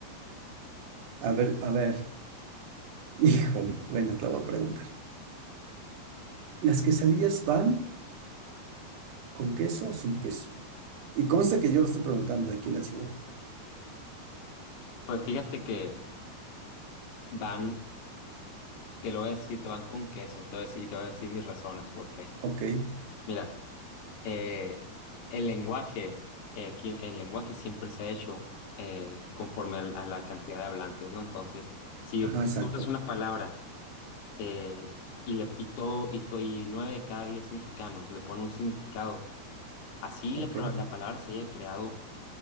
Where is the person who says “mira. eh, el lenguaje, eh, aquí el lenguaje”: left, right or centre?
Left